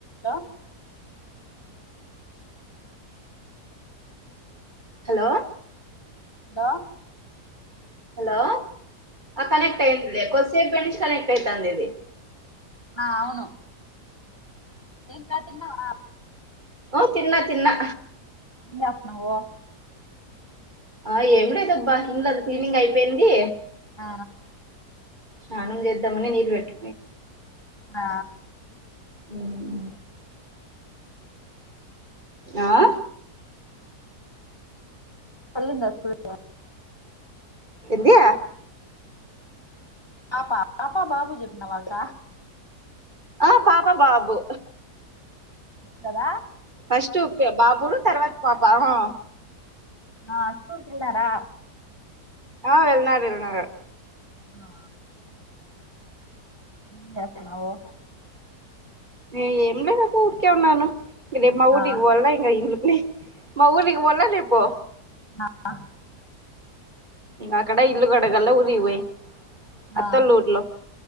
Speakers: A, on the left; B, on the right.
A: Hello
B: hello
A: బా
B: hello ఆ connect అయిందిలే కొద్సేపు బంచి కనెక్ట్ అయితాందిది.
A: ఆ అవును. ఇంకా తిన్నవా
B: ఓ తిన్నా తిన్నా.
A: ఏం చేత్తానవు
B: ఆ ఏం లేదబ్బ ఇంట్లది క్లీనింగ్ అయిపోయింది.
A: ఆ
B: స్నానం చేద్దామని నీళ్ళు పెట్
A: ఆ
B: ఉమ్ ఆ
A: పల్ందా స్కూల్
B: ఏందీ
A: పాపా పాపా బాబు చెప్పిన వాక్క
B: ఆ పాప బాబు
A: కదా
B: ఫస్ట్ కే బాబుడు తర్వాత పాపా ఆ
A: ఆ స్కూల్ కెల్లారా
B: ఆ వెళ్ళినరూ వెళ్ళినరు
A: ఆ ఎంచేస్తునవు
B: ఏ ఏంలేదు అబ్బ ఉరికే ఉన్నాను ఇదే మా ఊరికి
A: ఆ
B: పోవాలా ఇగ నీ మా ఊరికి పోవాలా రేపు
A: ఆ ఆ
B: అక్కడ ఇల్లు కడగల్ల ఊరికి పోయి అత్తోల
A: ఆ
B: ఊర్లో